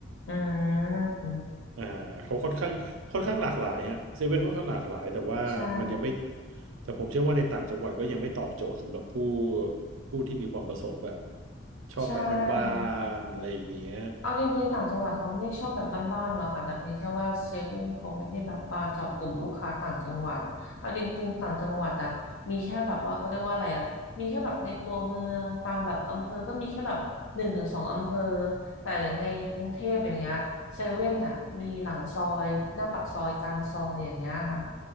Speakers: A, on the left; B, on the right.
A: อืม
B: อ่าเขาค่อนข้างค่อนข้างหลากหลายฮะเซเว่นค่อนข้างหลากหลายแต่ว่ามันยังไม่
A: ใช่
B: แต่ผมเชื่อว่าในต่างจังหวัดก็ยังไม่ตอบโจทย์สำหรับผู้ผู้ที่มีความประสงค์แบบชอบแบบบ้า
A: ใช่
B: นๆอะไรอย่างเงี้ย
A: เอาจริงๆต่างจังหวัดเขาไม่ได้ชอบแบบบ้านๆหรอกค่ะแต่เพียงแค่ว่าเซเว่นเขาไม่ได้แบบว่าเจาะกลุ่มลูกค้าต่างจังหวัดเอาจริงๆต่างจังหวัดอะมีแค่แบบว่าเขาเรียกว่าอะไรอะมีแค่แบบในตัวเมืองตามแบบอำเภอก็มีแค่แบบหนึ่งถึงสองอำเภอแต่ในกรุงเทพอย่างเงี้ยเซเว่นอะมีหลังซอยหน้าปากซอยกลางซอยอย่างเงี้ยค่ะ